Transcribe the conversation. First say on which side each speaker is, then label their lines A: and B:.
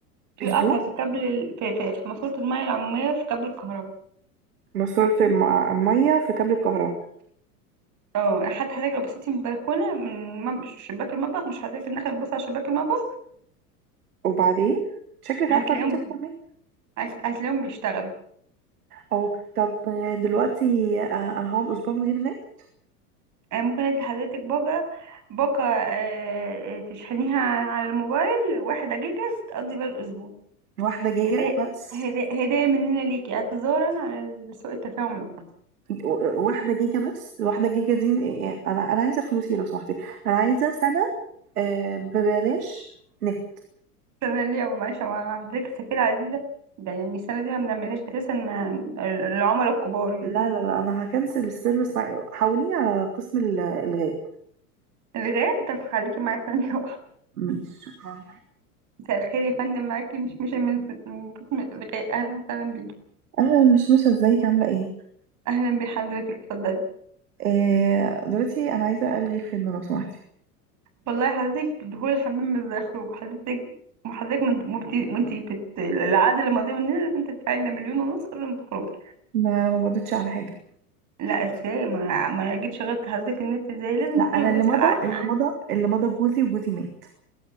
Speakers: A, on the right; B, on the right.
A: في
B: اسبوع
A: قطع في كابل ال... في, في, في ماسوره الميه العموميه في كابل الكهرباء
B: مصرف ميه في كابل الكهرباء
A: اه حتى حضرتك لو بصيتي من البلكونه من مب... شباك المطبخ مش حضرتك النخله تبص على شباك المطبخ
B: وبعدين شكلك
A: هتلاقيهم
B: عارفة بنتي أكتر مني
A: هت- هتلاقيهم بيشتغلوا
B: اه طب دلوقتي آه، أنا هقعد أسبوع من غير نت
A: انا ممكن ادي حضرتك باجه باقه آه، آه، تشحنيها على الموبايل واحدة جيجا تقضي بيها الأسبوع
B: واحدة جيجا
A: هدايا
B: بس
A: هدايا هدايا مننا ليكي اعتذارا على سوء التفاهم اللي حصل
B: و- واحدة جيجا بس واحدة جيجا دي آه، أنا أنا عايزة فلوسي لو سمحتي أنا عايزة سنة آه، ببلاش نت
A: السنة اللي أو معلش مع حضرتك السفيرة عزيزة ده يعني السنة دي ما بنعملهاش أساسا مع العملاء الكبار يعني
B: لا لا لا أنا هكنسل السيرفيس معي حوليني على قسم ال- الإلغاء
A: الغاء طب خليكي معايا ثانية <laughs> واحدة
B: ماشي شكرا
A: مساء الخير يا فندم معاكي مش مش من من قسم الغاء أهلا وسهلا بيكي
B: أنا مش مش ازيك عاملة ايه
A: أهلا بحضرتك اتفضلي
B: آه، دلوقتي أنا عايزة ألغي الخدمة لو سمحتي
A: والله حضرتك دخول الحمام مش زي خروج حضرتك وحضرتك من- وانتي وانتي بت... العقد اللي ماضي مننا لازم تدفعي لنا مليون ونص قبل ما تخرجي
B: لا، أنا ما مضيتش على حاجة
A: لا ازاي ما انا ما أنا جيت شغلت حضرتك النت ازاي لازم
B: لا
A: تكوني
B: أنا
A: مضيتي
B: اللي مضى
A: على العقد
B: اللي
A: معاه
B: مضى اللي مضى جوزي وجوزي مات